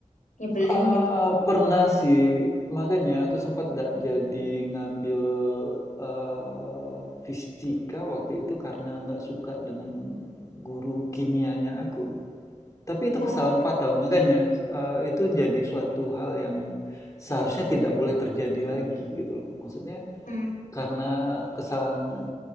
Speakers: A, on the left; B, on the left.
A: nyebelin
B: Ah,
A: gitu.
B: pernah sih, makanya aku sempat nggak jadi ngambil eh, fisika waktu itu karena nggak suka dengan guru kimianya aku. Tapi itu
A: Oh,
B: kesalahan fatal, makanya, eee, itu jadi suatu hal yang seharusnya tidak boleh terjadi lagi gitu loh. Maksudnya
A: mm,
B: karena kesalahan